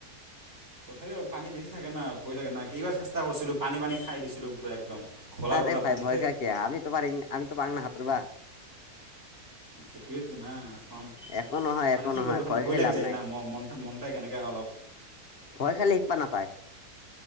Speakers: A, on the right; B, on the left.
A: তথাপিও পানী বেছি থাকে না ভয় লাগে না, কেইবাৰ চেষ্টা কৰিছিলোঁ পানী পানী খাই দিছিলোঁ পূৰা একদম। ঘোলা
B: হাৰে
A: ঘোলা
B: ভাই
A: পানীত
B: ভয়
A: সেই
B: খাই কিয় আমিতোৰ আমিতো পাৰোঁ না সাঁতুৰিব।
A: সেইটোৱেতো না <unintelligible>
B: একো নহয়
A: মানে
B: একো
A: কি
B: নহয়
A: কৰিব এখন ভয়
B: খাই
A: লাগি
B: লাভ
A: যায়
B: নাই
A: ম-মন মনতে কেনেকৈ অলপ
B: ভয় খালি শিকবা নাপায়।